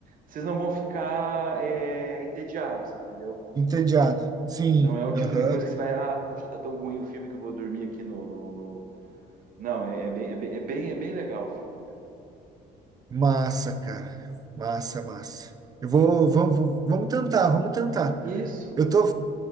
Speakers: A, on the right (about 55°); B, on the right (about 20°).
A: vocês não vão ficar é, entediados, entendeu?
B: Entediado. Sim,
A: Não é o tipo
B: aham.
A: de coisa que você vai, ah, puxa, tá tão ruim o filme que eu vou dormir aqui no, no, no... Não, é, é bem, é, bem, é bem, é bem legal o filme, cara.
B: Massa, cara. Massa, massa. Eu vou, vamos, vamos tentar, vamos tentar.
A: Isso.
B: Eu tô.